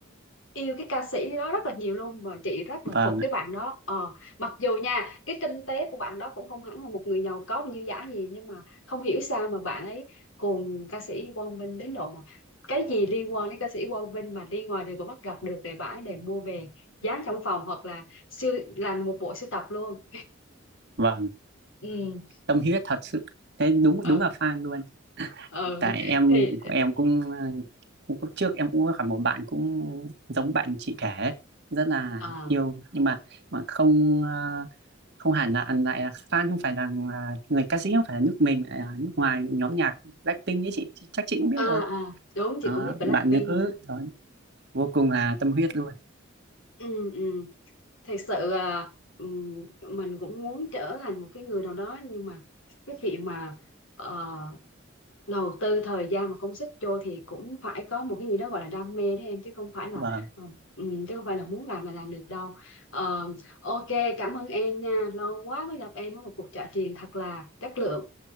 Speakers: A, on the left; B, on the right.
A: yêu cái ca sĩ đó rất là nhiều luôn mà chị rất là
B: và
A: phục
B: ạ,
A: cái bạn đó ờ mặc dù nha cái kinh tế của bạn đó cũng không hẳn là một người giàu có như giả gì nhưng mà không hiểu sao mà bạn ấy cùng ca sĩ Quang Vinh đến độ mà cái gì liên quan đến ca sĩ Quang Vinh mà đi ngoài đường mà bắt gặp được để bãi để mua về dán trong phòng hoặc là siêu làm một bộ sưu tập luôn
B: vâng
A: ừ
B: tâm huyết thật sự thế đúng
A: ừ
B: đúng là fan luôn
A: ừ
B: tại em
A: thì
B: em cũng, ờ, cũng trước em cũng có gặp một bạn cũng giống bạn chị kể rất là
A: à
B: yêu nhưng mà mà không ờ, không hẳn là ăn lại là fan không phải là ờ, người ca sĩ không phải là nước mình là nước ngoài nhóm nhạc Blackpink ấy chị, chắc chị cũng biết
A: à
B: rồi
A: à đúng
B: Đó,
A: chị cũng biết Blackpink
B: bạn nữ rồi vô cùng là tâm huyết luôn
A: ừ ừ thật sự là ừm, mình cũng muốn trở thành một cái người nào đó nhưng mà cái chuyện mà ờ, đầu tư thời gian mà công sức vô thì cũng phải có một cái gì đó gọi là đam mê đấy em chứ không phải là
B: vâng
A: ờ, ừm, chứ không phải là muốn làm là làm được đâu Ờ, ok cảm ơn em nha lâu quá mới gặp em ở một cuộc trò chuyện thật là chất lượng